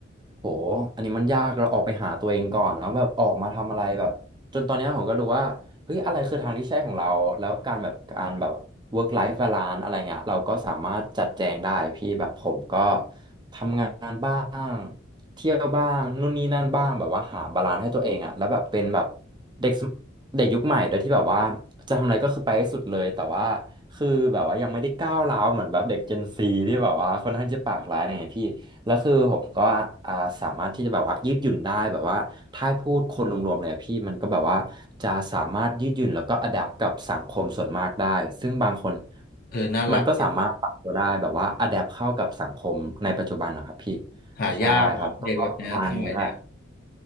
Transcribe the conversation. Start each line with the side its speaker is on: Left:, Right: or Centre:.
Right: โหอันนี้มันยากเราออกไปหาตัวเองก่อนแล้วแบบออกมาทำอะไรแบบจนตอนเนี้ยผมก็รู้ว่าเฮ้ยอะไรคือทางที่ใช่ของเราแล้วการแบบการแบบ work life balance อะไรเงี้ยเราก็สามารถจัดแจงได้พี่แบบผมก็ทำงานบ้างเที่ยวบ้างนู่นนี่นั่นบ้างแบบว่าหาบาลานซ์ให้ตัวเองอะแล้วแบบเป็นแบบเด็ก เด็กยุคใหม่โดยที่แบบว่าจะทำอะไรก็คือไปให้สุดเลยแต่ว่าคือแบบว่ายังไม่ได้ก้าวร้าวเหมือนแบบเด็ก Gen Z ที่แบบว่าค่อนข้างจะปากร้ายอะไรเงี้ยพี่แล้วคือผมก็อ่าสามารถที่จะแบบว่ายืดหยุ่นได้แบบว่าถ้าให้พูดคนรวมๆเลยอะพี่มันก็แบบว่าจะสามารถยืดหยุ่นแล้วก็อัดแอกับสังคมส่วนมากได้ซึ่งบางคน
Left: เออน่ารักดีนะ
Right: มันก็สามารถปรับตัวได้แบบว่าอัดแอปเข้ากับสังคมในปัจจุบันนะครับพี่
Left: หายากว่ะเด็กแบบเนี้ยสมัยเนี้ย
Right: ใช่ครับก็ประมาณนี้แหละ